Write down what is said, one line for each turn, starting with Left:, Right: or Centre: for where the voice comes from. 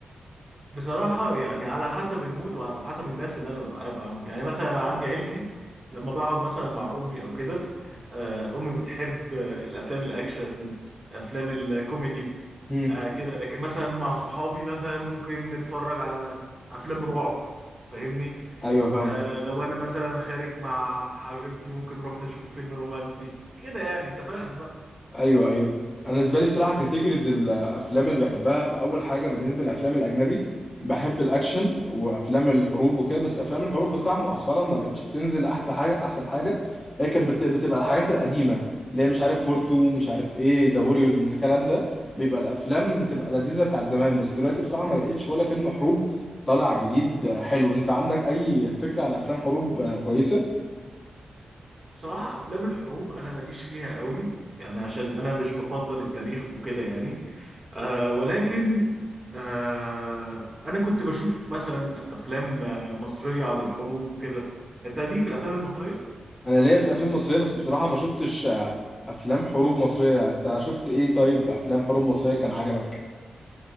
Right: بصراحه يعني على حسب المود وعلى حسب الناس اللي انا قاعد معاهم يعني مثلا أنا عندي عيلتي لما بقعد مثلا مع امي او كده آه، امي بتحب آه، الافلام الاكشن افلام الكوميدي
Left: مم.
Right: آه كده لكن مثلا مع صحابي مثلا ممكن نتفرج على افلام رعب فاهمني
Left: ايوه فاهمك
Right: آه لو انا مثلا خارج مع حبيبتي ممكن نروح نشوف فيلم رومانسي كده يعني انت فاهم بقى
Left: ايوه ايوه انا بالنسبه لي بصراحه كاتيجوريز الافلام اللي بحبها في اول حاجه بالنسبه للافلام الاجنبي بحب الاكشن وافلام الحروب وكده بس افلام الحروب بصراحه مؤخرا ما بقتش بتنزل احسن حاجه احسن حاجه هي كانت بت- بتبقى
Right: أها.
Left: الحاجات القديمه اللي هي مش عارف وور 2 مش عارف ايه ذا ووريرز من الكلام ده بيبقى الافلام بتبقى لذيذه بتاعت زمان بس دلوقتي بصراحه ما لقيتش ولا فيلم حروب طالع جديد حلو انت عندك اي فكره عن افلام حروب كويسه
Right: بصراحة افلام الحروب انا ماليش فيها قوي يعني عشان انا مش بفضل التاريخ وكده يعني آه ولكن آه انا كنت بشوف مثلا افلام آه، مصرية عن الحروب وكده انت ليك في الافلام المصرية
Left: انا ليا في الافلام المصريه بس بصراحه ما شفتش آه، افلام حروب مصريه انت شفت ايه طيب افلام حروب مصريه كان عجبك